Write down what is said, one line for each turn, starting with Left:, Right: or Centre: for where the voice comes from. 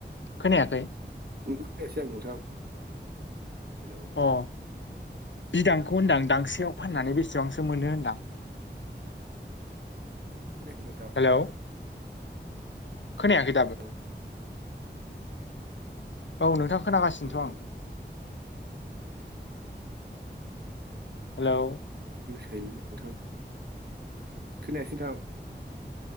Left: खोनायाखै?
Right: नोंनिखौ खोनायासै आं नोंथां हेलौ ।
Left: अ बिदांखौ होनदां गांसेयाव फाननानै
Right: हेलौ
Left: बेसेबांसो मोनो होनदां?
Right: खोनाखै नोंथां ।
Left: हेलौ खोनायाखै दाबो
Right: हेलौ
Left: औ नोंथां । खोनागासिनोथ'
Right: हेलौ
Left: आं । हेल' ।
Right: खैलै नोंथां खोनायासै नोंथां।